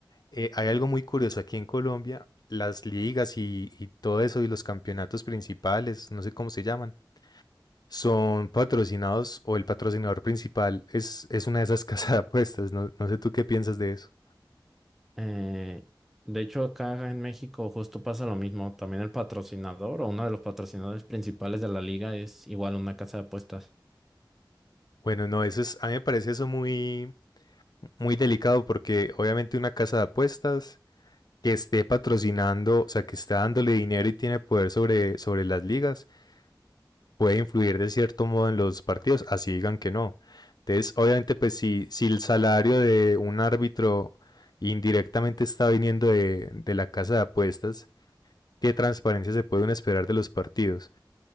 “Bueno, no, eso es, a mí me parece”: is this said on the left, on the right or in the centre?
Left